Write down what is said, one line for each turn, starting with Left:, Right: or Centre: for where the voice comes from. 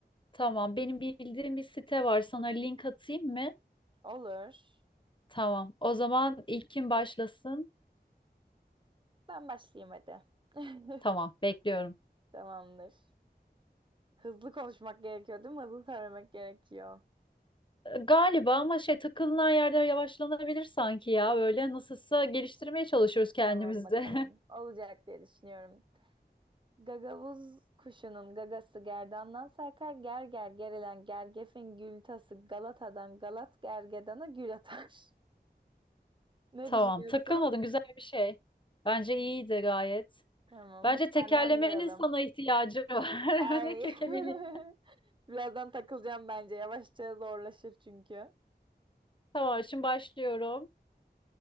Left: tamam. Benim bildiğim bir site var. Sana link atayım mı?
Right: Olur.
Left: Tamam. O zaman ilk kim başlasın?
Right: Ben başlayayım hadi. <laughs>
Left: Tamam, bekliyorum.
Right: Tamamdır. Hızlı konuşmak gerekiyor değil mi? Hızlı söylemek gerekiyor.
Left: Ee, Galiba ama şey takılınan yerde yavaşlanabilir sanki ya. Böyle nasılsa geliştirmeye çalışıyoruz kendimizi.
Right: Tamam bakalım. Olacak diye düşünüyorum. Gagavuz kuşunun gagası gerdandan sarkar. Ger ger gerilen gergefin gül tası Galata'dan Galat gergedana gül atar. <laughs>
Left: <laughs>
Right: Ne
Left: Tamam,
Right: düşünüyorsun?
Left: takılmadın güzel bir şey. Bence iyiydi gayet.
Right: Tamam
Left: Bence
Right: hadi
Left: tekerlemenin
Right: senden duyalım.
Left: sana ihtiyacı var. <laughs>
Right: Ay.
Left: Yani kekemeli.
Right: <laughs> Birazdan takılacağım bence. Yavaşça zorlaşır çünkü.
Left: Tamam şimdi başlıyorum.